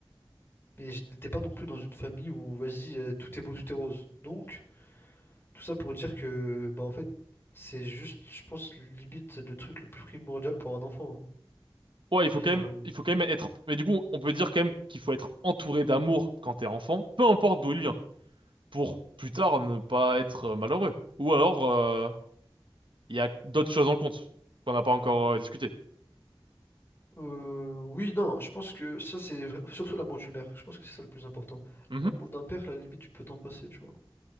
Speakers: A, on the left (about 25°); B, on the right (about 65°).
A: mais je n'étais pas non plus dans une famille où, vas-y, euh, tout est beau, tout est rose. Donc, Tout ça pour dire que, bah en fait, c'est juste, je pense, limite le truc le plus primordial pour un enfant. hein.
B: Ouais, il faut
A: Vivre.
B: quand même,
A: euh,
B: il faut quand même être. Mais du coup, on peut dire quand même qu'il faut être entouré d'amour quand t'es enfant, peu importe d'où il vient. pour plus tard ne pas être euh, malheureux. Ou alors, euh, il y a d'autres choses en compte qu'on n'a pas encore euh, discuté.
A: euh, oui, non, je pense que ça, c'est vra- surtout l'amour d'une mère. Je pense que c'est ça le plus important.
B: Mhm.
A: L'amour d'un père, à la limite, tu peux t'en passer, tu vois.